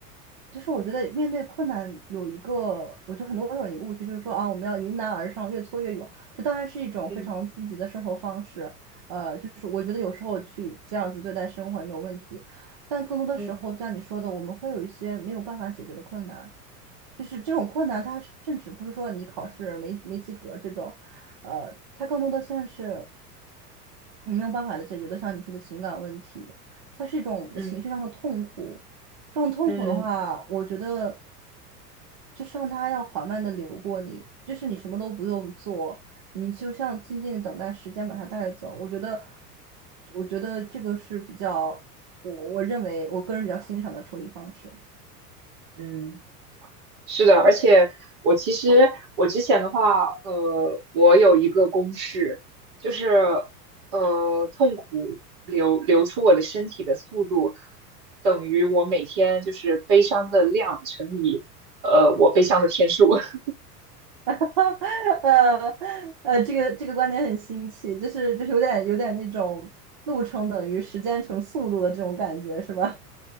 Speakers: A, on the right (about 25°); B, on the right (about 45°).
A: 就是我觉得面对困难有一个，我觉得很多时候一个误区，就是说啊，我们要迎难而上，越挫越勇。这当然是一种非常积极的生活方式。
B: 嗯
A: 呃，就是我觉得有时候去这样子对待生活也没有问题，但更多的时候，
B: 嗯
A: 就像你说的，我们会有一些没有办法解决的困难，就是这种困难，它甚至不是说你考试没没及格这种，呃，它更多的算是你没有办法的解决的，像你说的情感问题，它是一种情绪上的痛苦。
B: 嗯
A: 这种痛苦的话，
B: 嗯
A: 我觉得。就是让它要缓慢的流过你，就是你什么都不用做，你就像静静的等待时间把它带走。我觉得，我觉得这个是比较，我我认为我个人比较欣赏的处理方式。
B: 嗯，是的，而且我其实我之前的话，呃，我有一个公式，就是呃，痛苦流流出我的身体的速度等于我每天就是悲伤的量乘以呃我悲伤的天数。<laughs>
A: <laughs> 呃呃，这个这个观点很新奇，就是就是有点有点那种路程等于时间乘速度的这种感觉，是吧？